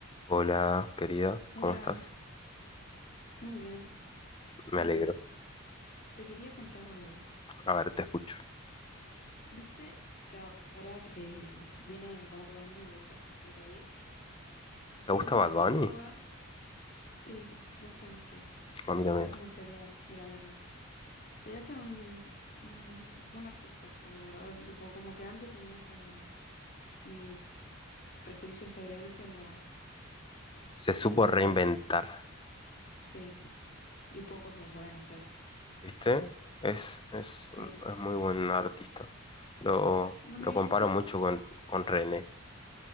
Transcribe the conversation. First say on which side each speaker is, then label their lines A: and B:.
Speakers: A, on the left; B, on the left.
A: Hola, querida,
B: Hola,
A: ¿cómo estás?
B: muy bien.
A: Me
B: Bueno,
A: alegro.
B: te quería contar algo.
A: A ver, te escucho.
B: ¿Viste que a- ahora eh, viene Bad Bunny de vuelta al país? Y
A: ¿Te gusta
B: él me
A: Bad
B: hizo
A: Bunny?
B: acordar, sí, me gusta mucho. La
A: A mí
B: verdad
A: también.
B: que me gustaría ir a verlo. Se hace un, un, un artistazo, la verdad. Tipo, como que antes tenía como mis prejuicios sobre él, pero
A: Se supo
B: es un
A: reinventar,
B: gran artista. Sí, y pocos lo saben hacer.
A: ¿viste? Es, es,
B: Sí.
A: un- es muy buen artista. Lo,
B: Bueno,
A: lo
B: y
A: comparo
B: esto,
A: mucho con, con René.